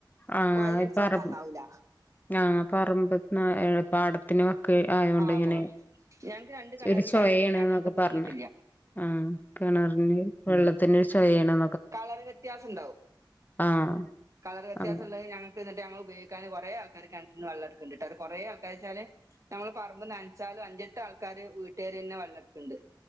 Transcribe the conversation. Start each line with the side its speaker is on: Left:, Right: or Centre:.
Left: ആഹ്
Right: കൊയല അടിച്ചാലും
Left: പറമ്പ്
Right: നന്നാവുല
Left: ആഹ് പറമ്പ പോ പാടത്തിന് ആയോണ്ട്
Right: ആഹ്
Left: ഇങ്ങനെ
Right: ഞങ്ങക്ക് രണ്ട് കിണറുണ്ടായതോണ്ട്
Left: ഒരു ചൊയയണ്
Right: പിന്നെ അങ്ങനത്തെ
Left: എന്നൊക്കെ
Right: ബുദ്ധിമുട്ടില്ല
Left: പറഞ് ആഹ് കിണറിന് വെള്ളത്തിന് ഒരു ചാെയയാണ്നൊ
Right: കളർ വ്യത്യാസം ഉണ്ടാവും
Left: ആഹ്
Right: കളർ വ്യത്യാസം
Left: അങ്ങനെ
Right: ഉള്ള ഞങ്ങ എന്നിട്ട ഞങ്ങെള് ഉപയോഗിക്കൻ കുറെ ആൾക്കാര് കണറ്റ് ന്ന് വെള്ളം ഇട്ക്ക്ണ്ട് കുറെ ആൾക്കാര് വച്ചാല് നമ്മള് പറമ്പ് നനച്ചാലും അഞ്ചെട്ട് ആൾക്കാര് വീട്ടുകാര് തന്നെ വെള്ളം എടുക്ക്ണ്ട്